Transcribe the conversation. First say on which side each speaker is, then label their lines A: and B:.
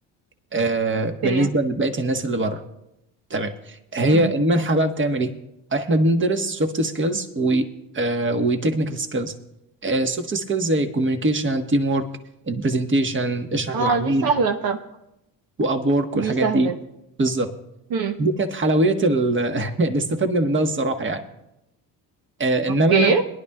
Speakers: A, on the right; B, on the right.
A: آه، بالنسبة
B: اوكي
A: لبقية الناس اللي بره تمام هي
B: مم.
A: المنحة بقى بتعمل ايه؟ احنا بندرس سوفت سكيلز و وتكنيكال سكيلز سوفت سكيلز زي الكوميونيكيشن تيم ورك البرزنتيشن اشرح
B: اه
A: للعميل
B: دي سهله طب
A: واب وورك والحاجات
B: دي سهله
A: دي بالظبط
B: مم.
A: دي كانت حلويات ال- <laughs> اللي استفدنا منها الصراحة يعني آه، انما
B: اوكي
A: انا